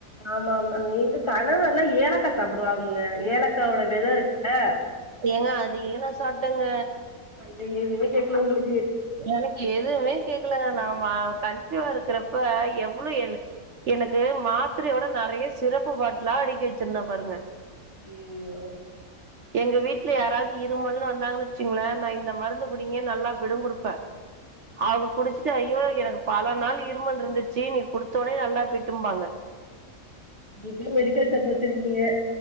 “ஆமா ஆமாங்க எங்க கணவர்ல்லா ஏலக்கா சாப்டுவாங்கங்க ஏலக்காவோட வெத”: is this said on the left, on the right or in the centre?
Left